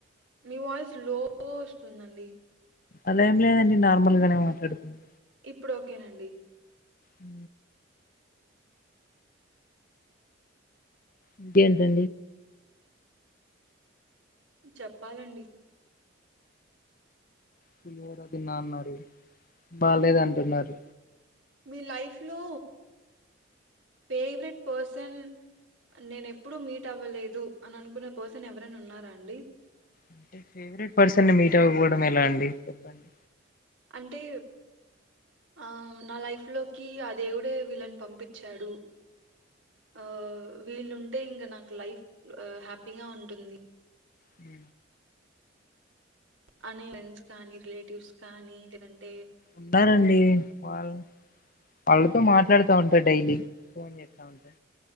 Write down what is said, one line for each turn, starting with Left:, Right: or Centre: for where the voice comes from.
Right: మీ వాయిస్ స్లో వస్తుందండి
Left: అలా ఏం లేదండి నార్మల్ గానే మాట్లాడుకున్నా
Right: ఇప్పుడు ఓకేనండి
Left: ఉ ఇంకేంటి
Right: చెప్పాలండి
Left: పులిహోర తిన్నా అన్నారు బాలేదు అంటున్నారు
Right: మీ లైఫ్ లో ఫేవరెట్ పర్సన్ నేను ఎప్పుడూ మీట్ అవ్వలేదు అని అనుకున్న పర్సన్ ఎవరనా ఉన్నారా అండి
Left: అంటే ఫేవరెట్ పర్సన్ మీట్ అవ్వపోవడం ఎలా అండి చెప్పండి
Right: అంటే ఆ నా లైఫ్ లోకి ఆ దేవుడే వీళ్ళని పంపించాడు ఆ వీళ్ళుంటే ఇంకా నాకు లైఫ్ హ్యాపీగా ఉంటుంది
Left: హు
Right: అనే ఫ్రెండ్స్ కానీ రిలేటివ్స్ కానీ లేదంటే
Left: ఉన్నారండి వాళ్ళ వాళ్ళతో మాట్లాడుతా ఉంటారు డైలీ చెస్తా ఉంటా